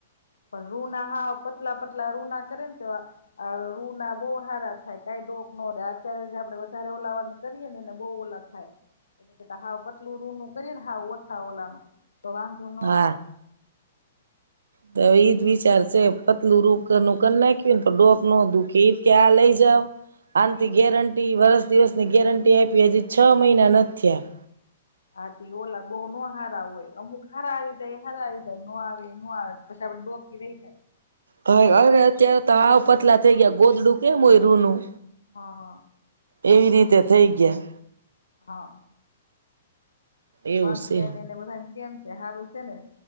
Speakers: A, on the left; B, on the right.
A: પણ રૂ ના હાવ પતલા પતલા રૂ ના કરે ને તો રૂ ના બહુ હારા થાય કઈ ડોક ન રે અત્યારે આપડે વધારે ઓલાવા કરીએ નેને બહુ ઓલા થાય એને કતા હાવ પતલું રૂનું કરીએ ને હાવ ઓછા ઓલા નનું. તો વાનંધો ના
B: હા
A: આવે.
B: તો એજ વિચાર છે, પતલુ રુખ નક ના કે ડોક ન દુખી કે આ લઇ જા. આનથી
A: હા
B: ગેરંટી વરસ દિવસની ગેરંટી આપી હજી છ મહિના નથ થીયા.
A: હાથી ઓલા બહુ ન હારા હોય અમુક હારા આવી જાય હારા આવી જાય ન આવે ન આવે પછી આપ ડોકી રહી જાય.
B: હ <unintelligible> અત્યાર ત હાવ પતલા થઈ ગ્યા ગોદડું કેમ હોય રૂનું.
A: હા હા.
B: એવી રીતે થઈ ગ્યા.
A: હા. <unintelligible>
B: એવું
A: સને
B: છે.
A: ને બધાયન કેમ છે હારું છે ને.